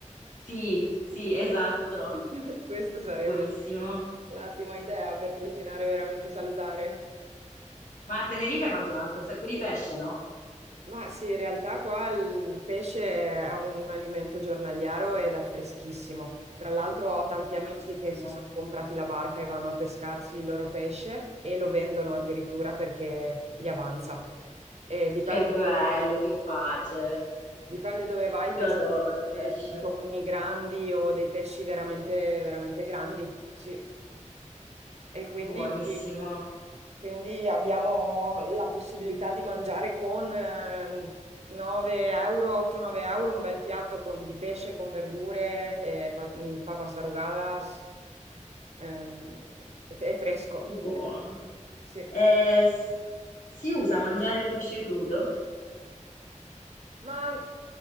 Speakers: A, on the left (about 75°); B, on the right (about 55°).
A: Sì, sì, esatto.
B: <laughs> Questa sarebbe
A: Buonissimo.
B: un'ottima idea per cucinare veramente salutare.
A: Ma a Tenerife mangiano anche un sacco di pesce, no?
B: Ma sì, in realtà qua il pesce è un alimento giornaliero ed è freschissimo. Tra l'altro ho tanti
A: Buonissimo.
B: amici che si sono comprati la barca e vanno a pescarsi il loro pesce e lo vendono addirittura perché gli avanza. E dipende,
A: Che bello, che pace.
B: dipende dove vai, pescare
A: Io adoro il pesce.
B: dei tonni grandi o dei pesci veramente, veramente grandi. Sì. E quindi
A: Buonissimo,
B: Quindi abbiamo la possibilità di mangiare con eh, 9 euro, 8-9 euro un bel piatto con- di pesce con verdure e pa- mm, papas arrugadas ehm, e e fresco,
A: che buono.
B: sì.
A: Eh, s- si usa mangiare il pesce crudo?
B: Ma